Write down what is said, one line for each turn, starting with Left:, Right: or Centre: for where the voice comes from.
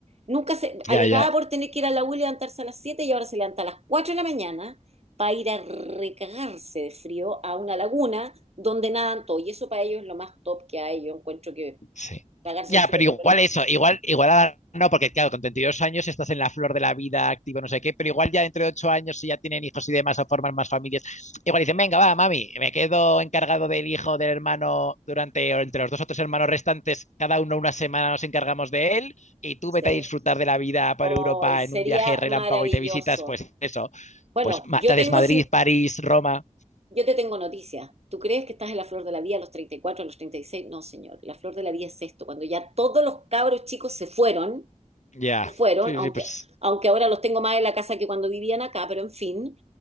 Right: Nunca se, alegaba
Left: ya, ya.
Right: por tener que ir a la U y levantarse a las 7 y ahora se levanta a las 4 de la mañana para ir a recagarse de frío a una laguna donde nadan todo. Y eso para ellos es lo más top que hay. Yo encuentro que
Left: Sí.
Right: pagarse
Left: Ya,
Right: el frío
Left: pero igual
Right: por lo listo.
Left: eso, igual, igual ahora no, porque claro, con 32 años estás en la flor de la vida, activo, no sé qué, pero igual ya entre 8 años, si ya tienen hijos y demás, o forman más familias, igual dicen, venga, va, mami, me quedo encargado del hijo, del hermano, durante, o entre los dos o tres hermanos restantes, cada uno una semana nos encargamos de él, y tú
Right: Sí.
Left: vete a disfrutar de la vida por
Right: hoy
Left: Europa
Right: sería
Left: en un viaje relámpago
Right: maravilloso.
Left: y te visitas, pues eso,
Right: Bueno,
Left: pues
Right: yo
Left: te haces
Right: tengo
Left: Madrid,
Right: cin-
Left: París, Roma,
Right: yo te tengo noticias. ¿Tú crees que estás en la flor de la vida a los 34 a los treinta y seis No, señor. La flor de la vida es esto, cuando ya todos los cabros chicos se fueron
Left: Ya,
Right: fueron,
Left: sí,
Right: aunque,
Left: sí, pues
Right: aunque ahora los tengo más en la casa que cuando vivían acá, pero en fin.